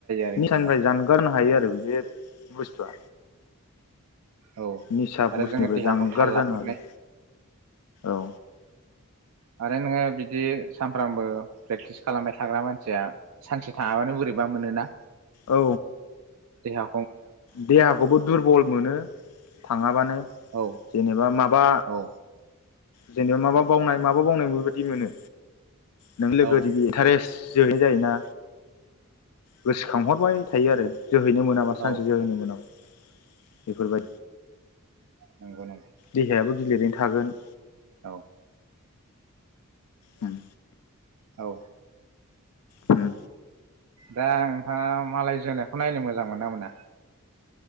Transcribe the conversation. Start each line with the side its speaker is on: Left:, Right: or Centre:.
Right: आरो
Left: निसानिफ्राय
Right: बिदिबा
Left: जानगारनो हायो आरो बे बुस्थ'आ
Right: औ
Left: निसा
Right: आरो
Left: बुस्थुनिफ्राय
Right: जोङो देहाखौ
Left: जानगार
Right: थाल लाफिननाय
Left: जानो आरो औ
Right: आरो नोङो बिदि सानफ्रामबो प्रेक्टिस खालामबाय थाग्रा मानसिया सानसे थाङाबानो बोरैबा मोनोना
Left: औ
Right: देहा
Left: देहाखौबो दुरबल मोनो थाङाबानो
Right: औ
Left: जेनेबा माबा
Right: औ
Left: जेनेबा माबा बावनाय माबा बावनाय बेबायदि मोनो नों लोगो
Right: औ
Left: दिगि इन्टारेस जोहैनाय जायोना गोसोखांहरबाय थायो आरो जोहैनो मोनामा सानसे
Right: औ
Left: जोहैनो मोनाबा बेफोरबा
Right: नंगौ नंगौ
Left: देहायाबो गिलिरैनो थागोन
Right: औ
Left: उम
Right: औ
Left: उम
Right: दा नोंथाङा मालाय जोनायखौ नायनो मोजां मोनोना मोना